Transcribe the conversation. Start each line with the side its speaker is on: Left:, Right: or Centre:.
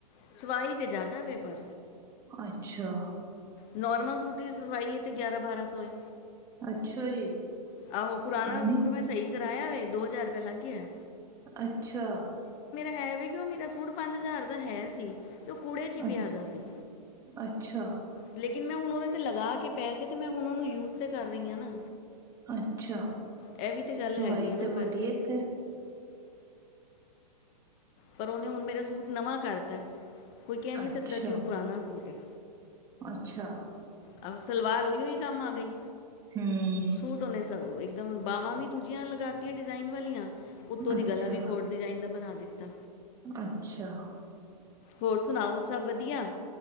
Left: ਸਵਾਈ ਤੇ ਜ਼ਿਆਦਾ ਲਵੇਗਾ
Right: ਅੱਛਾ
Left: ਨੋਰਮਲ ਸੂਟ ਦੀ ਸਵਾਈ ਹੈ ਅਤੇ ਗਿਆਰਾਂ ਬਾਰਾਂ ਸੌ ਏ
Right: ਅੱਛਾ ਜੀ
Left: ਆਹੋ ਪੁਰਾਣਾ
Right: ਇਨੀ
Left: ਸੂਟ ਮੈਂ ਸਹੀ ਕਰਾਇਆ ਵੇ ਦੋ ਹਜ਼ਾਰ ਰੁਪਇਆ ਲੱਗ ਗਿਆ
Right: ਅੱਛਾ
Left: ਐਵੇ ਕਿਓਂ ਉਹ ਮੇਰਾ ਸੂਟ ਪੰਜ ਹਜ਼ਾਰ ਦਾ ਹੈ ਸੀ ਤੇ ਉਹ ਕੂੜੇ 'ਚ ਹੀ
Right: ਅ-
Left: ਪਿਆ ਦਾ ਸੀ
Right: ਅੱਛਾ।
Left: ਲੇਕਿਨ ਮੈਂ ਹੁਣ ਉਹਦੇ ਤੇ ਲਗਾ ਕੇ ਪੈਸੇ ਤੇ ਮੈਂ ਉਹ ਨੂੰ ਯੂਜ ਤੇ ਕਰ ਰਹੀ ਹਾਂ। ਨਾ
Right: ਅੱਛਾ!
Left: ਇਹ ਵੀ ਤੇ ਗੱਲ
Right: ਸਵਾਈ
Left: ਹੈਗੀ ਹੈ ਨਾ
Right: ਤੇ ਵੱਡੀ
Left: ਪਰ
Right: ਇੱਥੇ
Left: ਪਰ ਉਹਨੇ ਹੁਣ ਮੇਰਾ ਸੂਟ ਨਵਾਂ ਕਰਤਾ। ਕੋਈ ਕਹਿ ਨੀ
Right: ਅੱਛਾ
Left: ਸਕਦਾ ਕਿ ਉਹ ਪੁਰਾਣਾ ਸੂਟ ਹੈ।
Right: ਅੱਛਾ।
Left: ਆ ਸਲਵਾਰ ਉਹੀਓ ਹੀ ਕੰਮ ਆ ਗਈ।
Right: ਹਮ
Left: ਸੂਟ ਹੋਣੇ। ਸਭ ਮ ਬਾਾਹਵਾਂ ਵੀ ਦੂਜੀਆਂ ਲਗਾਤੀਆਂ ਡਿਜ਼ਾਇਨ ਵਾਲੀਆਂ ਉੱਤੋਂ ਦੀ
Right: ਅੱਛਾ
Left: ਗਲਾ ਵੀ ਹੋਰ ਡਿਜ਼ਾਇਨ ਦਾ ਬਣਾ <unintelligible>
Right: ਅੱਛਾ
Left: ਹੋਰ ਸੁਣਾਓ। ਸਭ ਵਧੀਆ,